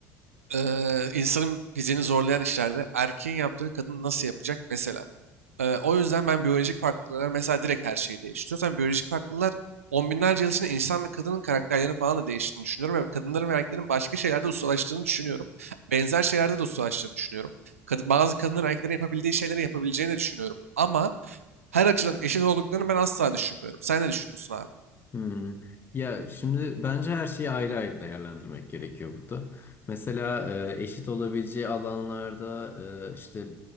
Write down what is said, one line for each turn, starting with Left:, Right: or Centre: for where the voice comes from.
Right: eee, insanın fiziğini zorlayan işlerde erkeğin yaptığını kadın nasıl yapacak mesela. Eee, o yüzden ben biyolojik farklılıklar mesela direkt her şeyi değiştiriyor. Sen biyolojik farklılıklar on binlerce yıl içinde insan ve kadının karakterlerini falan da değiştiğini düşünüyorum. Ve kadınların ve erkeklerin başka şeylerde ustalaştığını düşünüyorum. Benzer şeylerde de ustalaştığını düşünüyorum. Kad- bazı kadınların erkeklerin yapabildiği şeyleri yapabileceğini de düşünüyorum. Ama her açıdan eşit olduklarını ben asla düşünmüyorum. Sen ne düşünüyorsun abi?
Left: Hmm. Ya şimdi bence her şeyi ayrı ayrı değerlendirmek gerekiyor burada. Mesela e, eşit olabileceği alanlarda e, işte